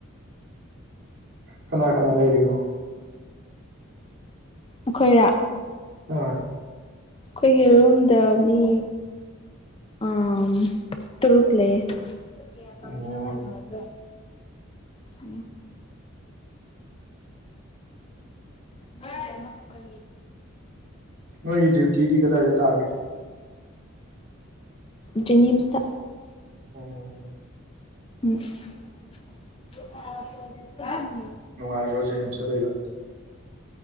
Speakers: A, on the right; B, on the left.
A: ꯀꯅꯥ ꯀꯅꯥ ꯂꯩꯔꯤꯅꯣ
B: ꯑꯩꯈꯣꯏꯔꯥ
A: ꯑꯥ
B: ꯑꯩꯈꯣꯏꯒꯤ ꯔꯨꯝꯗ ꯃꯤ ꯑ ꯇꯨꯔꯨꯛꯂꯦ ꯀꯦꯄꯝꯃꯤꯕ
A: ꯑꯣ
B: ꯅꯝꯕꯗ ꯎ ꯍꯣꯏ ꯃꯈ ꯀ
A: ꯅꯣꯏꯒꯤ ꯗ꯭ꯌꯨꯇꯤꯗꯤ ꯀꯗꯥꯏꯗ ꯇꯥꯒꯦ
B: ꯖꯦꯅꯤꯝꯁꯇ
A: ꯎꯝ
B: ꯎꯝ
A: ꯅꯨꯡꯉꯥꯏꯔꯣ ꯖꯦꯅꯤꯝꯁꯇ ꯂꯩꯕ